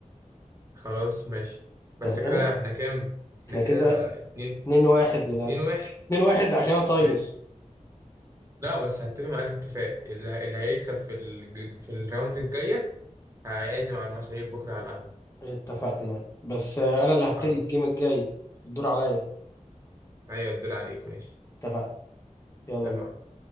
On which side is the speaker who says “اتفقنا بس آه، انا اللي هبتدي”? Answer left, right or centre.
Left